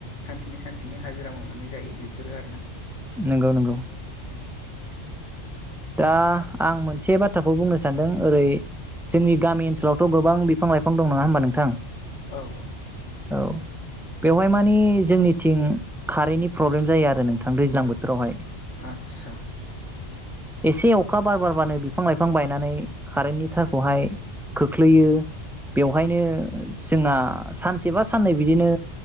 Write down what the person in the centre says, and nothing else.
नोंगौ नोंगौ ।
दा आं मोनसे बाथ्राखौ बुंनो सानदों ओरै जोंनि गामि ओनसोलावथ' गोबां बिफां लाइफां दं नङा होमबा नोंथां?
औ बेवहाय मानि जोंनिथिं खारैयनि प्रब्लेम जायो आरो नोंथां दैज्लां बोथोरावहाय ।
एसे अखा बार बारबानो बिफां लाइफां बायनानै खारेन्टनि थारखौहाय खोख्लैयो। बेवहायनो जोंना सान सेबा साननै बिदिनो